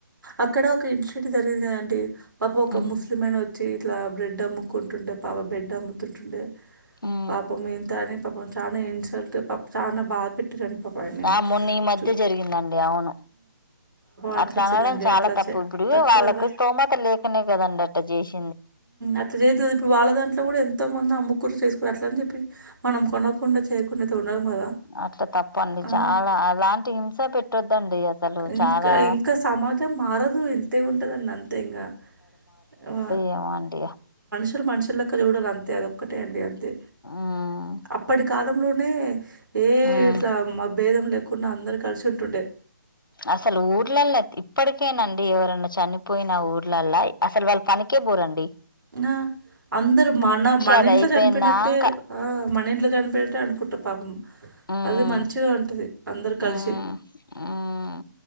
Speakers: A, on the right; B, on the left.
A: అక్కడ ఒక ఇన్సిడెంట్ జరిగింది కదాంటడి పాప ఒక
B: ఉమ్
A: ముస్లిం ఆయన వచ్చి ఇట్లా బ్రెడ్ అమ్ము కొకుంటుండే పాపం బ్రెడ్ అమ్ముతుంటుండే
B: ఉమ్
A: పాప మంతా చానా ఇన్సల్ట్ చానా బా పాపం ఆయనే
B: ఆ మొన్న ఈ మధ్య
A: చూ
B: జరిగిందండి అవును
A: అనిపించిందండి
B: అట్లా అనడం చాలా
A: అట్లా
B: తప్పు
A: చే
B: ఇప్పుడు
A: తప్పు
B: వాళ్ళకి
A: కదా
B: స్తోమత లేకనే కదండి అట్ట చేసి
A: అట్లా చేయదు కదదు ఇప్పుడు వాళ్ళ దాంట్లో కూడా ఎంతో మంది అమ్ముకూరు చేసుకోరు అట్ల అని చెప్పి మనం కొనకుండా చేయకుండా అయితే ఉండం కదా
B: అట్లా తప్పండి
A: ఆ
B: చాలా అలాంటి హింస పెట్టొద్దండి అసలు
A: ఇంకా
B: చాలా
A: ఇంకా సమాజం మారదు ఇంతే ఉంటదండి అంతే ఇంగా ఆ
B: ఏమండీ
A: దరు మనుషులక్క చూడరు అంతే అదొక్కటే అండి అంతే
B: ఉమ్
A: అప్పటి కాలంలోనే ఏ
B: ఉమ్
A: ఇట్లా భేదం లేకుండా అందరు కలిసి ఉంటుండే
B: అసలు ఊర్లల్ల ఇప్పటికేనాండి ఎవరన్నా చనిపోయిన ఊర్లలా అసలు వాళ్ళ పనికి కే బోరండి
A: ఆ అందరు మన మన
B: అది
A: ఇంట్లో
B: అయిపోయిందాంక
A: చనిపోయినట్టే ఆ మన ఇంట్లో చనిపోయినట్టే అనుకు కుట్ట పాపం
B: హ్మ్
A: అది మంచిగా ఉంటుంది అందరు
B: హ్మ్
A: కలిసి
B: హ్మ్